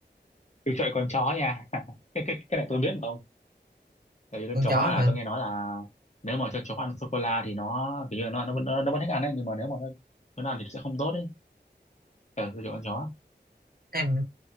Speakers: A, on the left (about 40°); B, on the right (about 55°).
A: Tôi chơi con chó nha <laughs> cái, cái cái này tôi biết mà ông tại vì con
B: con
A: chó
B: chó
A: à
B: hả
A: tôi nghe nói là nếu mà cho chó ăn sô cô la thì nó kiểu như là nó nó vẫn nó vẫn thích ăn đấy nhưng mà nếu mà nó nó ăn thì sẽ không tốt đấy ờ tôi chọn con chó
B: ăn